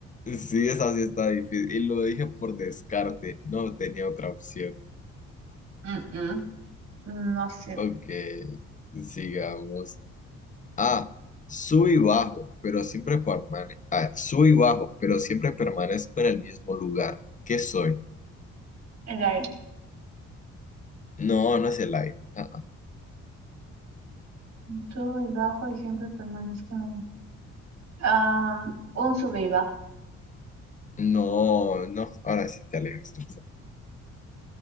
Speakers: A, on the left (about 25°); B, on the right (about 60°).
A: Sí, esa sí está difícil. Y lo dije por descarte. No tenía otra opción.
B: Mm, mm, No sé.
A: Ok, sigamos. Ah, sub y bajo, pero siempre permanezco. Ah, sub y bajo, pero siempre permanezco en el mismo lugar. ¿Qué soy?
B: El aire.
A: No, no es el aire. Ah, ah.
B: Subo y bajo y siempre permanezco en el- Ah, un sube y baja.
A: No, no. Ahora sí te alejas tú.